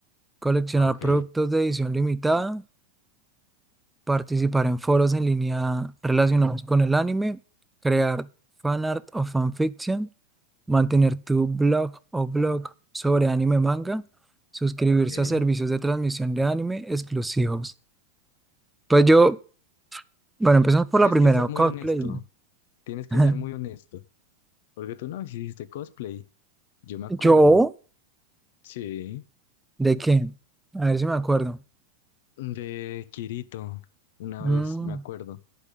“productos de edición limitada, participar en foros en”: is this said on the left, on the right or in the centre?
Centre